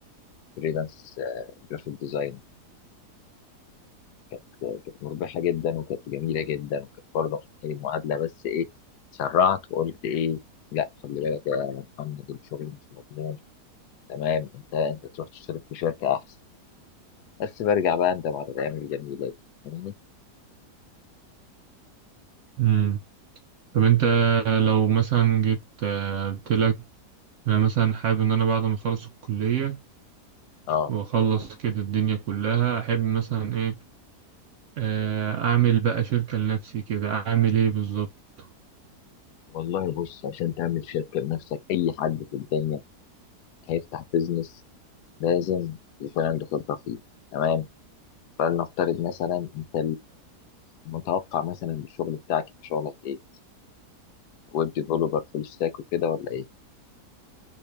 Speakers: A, on the left; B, on the right.
A: فريلانس جرافيك ديزاين كانت كانت مربحه جدا وكانت جميله جدا وكانت برضه محتاجه معادله بس ايه سرعت وقلت ايه لا خلي بالك يا محمد الشغل مش مضمون تمام انت انت تروح تشتغل في شركه احسن بس برجع بقى اندم على الايام الجميله دي فاهمني؟
B: مم. طب انت لو مثلا جيت آه، قلت لك انا مثلا حابب ان انا بعد ما اخلص الكلية
A: اه
B: واخلص كده الدنيا كلها احب مثلا ايه آه، اعمل بقى شركة لنفسي كده اعمل ايه بالظبط
A: والله بص عشان تعمل شركه لنفسك اي حد في الدنيا هيفتح بيزنس لازم يكون عنده خبره فيه تمام فلنفترض مثلا انت المتوقع مثلا الشغل بتاعك شغلك ايه ويب ديفلوبر فول ستاك وكده ولا ايه